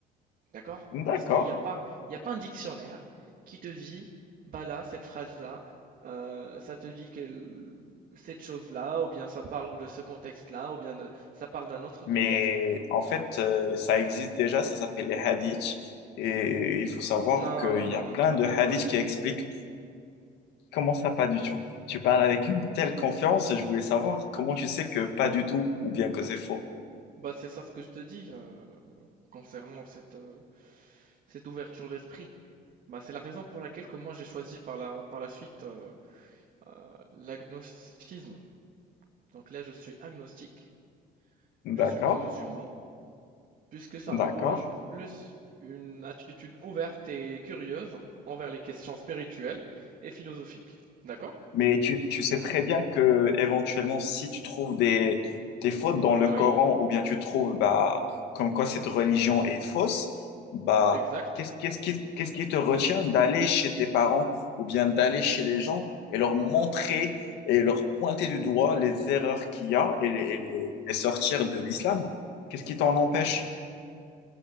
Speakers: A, on the right; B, on the left.
A: D'accord?
B: Mhm. D'accord.
A: Parce qu'il n'y a pas, il y a pas un dictionnaire qui te dit, bah là, cette phrase-là, euh, ça te dit que cette chose-là, ou bien ça parle de ce contexte-là, ou bien de- ça parle d'un autre
B: Mais
A: contexte.
B: en fait, euh, ça existe déjà, ça s'appelle les hadiths. Et il faut savoir
A: Non,
B: qu'il
A: non,
B: y
A: non,
B: a plein
A: non, non, non,
B: de
A: non,
B: hadiths
A: pas du tout.
B: qui expliquent Comment ça, pas du tout? Tu parles avec une telle confiance et je voulais savoir comment tu sais que pas du tout ou bien que c'est faux.
A: Bah, c'est ça ce que je te dis euh, concernant cette, euh, cette ouverture d'esprit. Bah, c'est la raison pour laquelle que moi j'ai choisi par la, par la suite euh, euh, l'agnosticisme. Donc là, je suis agnostique, je
B: D'accord,
A: suis pas musulman. puisque ça
B: d'accord.
A: encourage plus une attitude ouverte et curieuse envers les questions spirituelles et philosophiques. D'accord?
B: Mais tu, tu sais très bien que éventuellement, si tu trouves des, des fautes dans le
A: Oui,
B: Coran ou bien tu trouves bah, comme quoi cette religion est fausse, bah,
A: exact.
B: qu'est-ce, qu'est-ce qui, qu'est-ce qui te retient d'aller chez tes parents ou bien d'aller chez les gens et leur montrer et leur pointer du doigt les erreurs qu'il y a et les, et les les sortir de l'islam? Qu'est-ce qui t'en empêche?